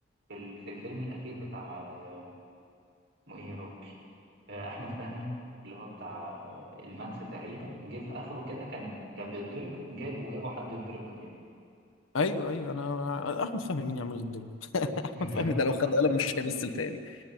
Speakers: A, on the right (about 60°); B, on the left (about 80°).
A: ال- في الفيلم الاخير بتاع آه، اسمه ايه يا ربي آه، احمد فهمي اللي هو بتاع آه، الماكس تقريبا جه في اخره كده كان كان بيتضرب جابه جابه حد يتضرب مكانه
B: ايوه ايوه انا احمد فهمي مين يعمل لي الدور <laughs> احمد
A: <laughs>
B: فهمي ده لو خد
A: آه،
B: قلم مش هيمثل تاني